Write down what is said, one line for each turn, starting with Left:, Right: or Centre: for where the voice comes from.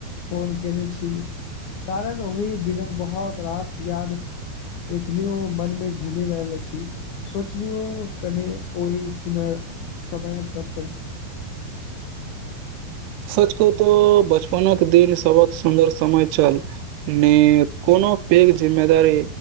Left: फोन केने छी कारण ओहि दिनक बहुत रास याद एखनियो मन मे घूमे रहल छी सोचलु कने ओहि सुनय समय गप्प करी
Right: सच कहो तो बचपनक दिन सबक सुन्दर समय छल ने कोनो पेघ जिम्मेदारी